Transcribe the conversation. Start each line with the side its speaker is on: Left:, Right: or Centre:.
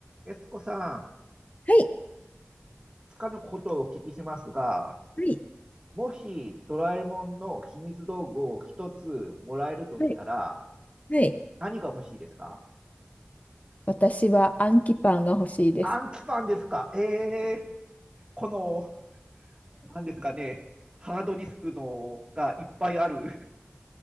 Right: エスコさん、
Left: はい、
Right: つかぬことをお聞きしますが、
Left: はい、
Right: もしドラえもんの秘密道具を一つもらえるとしたら、
Left: はい、はい。
Right: 何が欲しいですか
Left: 私はアンキパンが欲しいです。
Right: 暗記パンですかええー、この、何ですかね、ハードディスクのがいっぱいある